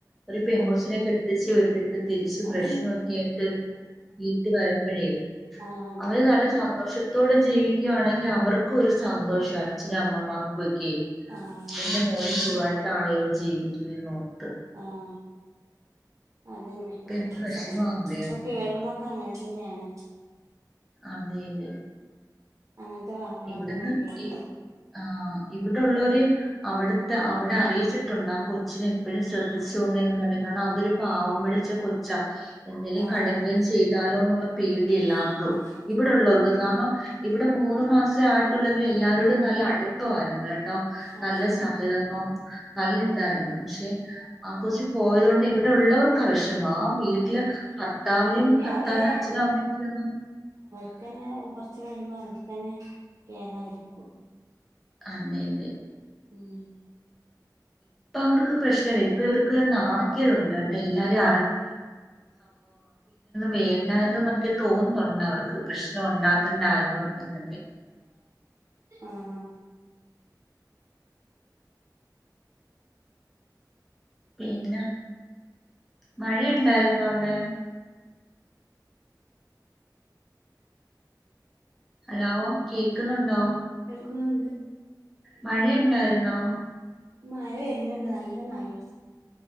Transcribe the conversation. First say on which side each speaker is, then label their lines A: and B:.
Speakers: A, in the centre; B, on the right.
A: ഒരു പെങ്കൊച്ചിനെ
B: ആഹ് ആഹ്
A: കെട്ടിച്ച് വി തിരിച്ച് പ്രശ്നൊക്കെ
B: അതെ
A: ആയിട്ട് വീട്ടി വരുമ്പഴേ
B: ആഹ് അതെ
A: അവര് നല്ല സ സന്തോഷത്തോടെ ജീവിക്കുകയാണെങ്കി അവർക്കും ഒരു സന്തോഷ അച്ഛനും അമ്മമാർക്കും ഒക്കെ
B: ആഹ്
A: എന്റെ മോള് സുഖാ ട്ടാണല്ലോ ജീവിക്കുന്നെന്നോർത്ത്.
B: ആഹ് അതന്നെ പ്പൊ
A: എന്ത് വിഷമാണെന്നറിയാമോ
B: കേൾക്ക്ണൊക്കെ അങ്ങനെ പിന്നേണ്.
A: അതെല്
B: അങ്ങനത്തെ വാർത്തകളൊക്കെന്നെ
A: ഇവിടുന്ന്
B: കേൾക്കണെ
A: ഇ ആ ഇവിടുള്ളോര് അവിടുത്തെ അവിടെ അറിയിച്ചിട്ടുണ്ട് ആ കൊച്ചിനെ എപ്പോഴും ശ്രദ്ധിച്ചോണെന്ന് പറഞ്ഞിക്കാണ്ട് അതൊരു പാവം പിടിച്ച കൊച്ച എന്തെങ്കിലും
B: ആഹ്
A: കടുംകൈ ചെയ്താലോ എന്നുള്ള പേടി എല്ലാർക്കും
B: ആഹ്
A: ഇവിടുള്ളോർക്ക് കാരണം ഇവിടെ മൂന്ന് മാസം ആയിട്ടൊള്ളേലും എല്ലാരോടും നല്ല അടുപ്പമായിരുന്ന് കേ
B: അത്
A: ണ്ടാവുംനല്ല
B: ശരി
A: സഹകരണവും നല്ല ഇതായിരുന്നു പക്ഷെ ആ കൊച്ച് പോയത് കൊണ്ട് ഇവിടെ അവിടെ ഉള്ളോർക്കാനിഷ്ടം ആ വീട്ടില്
B: ആഹ്
A: ഭർത്താവിനും
B: ഇനി
A: ഭർത്താവിന്റെ
B: അവര്
A: അച്ഛനും അമ്മക്കും ഒന്നും
B: ക്കന്നെ കൊറച്ച്കഴിയുമ്പോ അവക്കന്നെ കേതായിരിക്കും
A: അതെതെ
B: ഉം
A: അവർക്ക് പ്രശ്നല്ല ഇപ്പൊ ഇവർക്ക് നാണക്കേടുണ്ട് ഇപ്പൊ എല്ലാരും വേണ്ടായിരുന്നുന്നൊക്കെ തോന്നുന്നുണ്ട് അവർക്ക് പ്രശ്നം ഉണ്ടാക്കണ്ടായിരുന്നു എന്നൊക്കെ
B: ആഹ
A: പിന്നെ മഴ ഉണ്ടായിരുന്നോ അവ്ടെ അലോ കേ ക്കുന്നുണ്ടോ
B: ക്കുന്നുണ്ട്
A: മഴയുണ്ടാരുന്നോ?
B: മഴ വരുന്നുണ്ട് നല്ല മയ-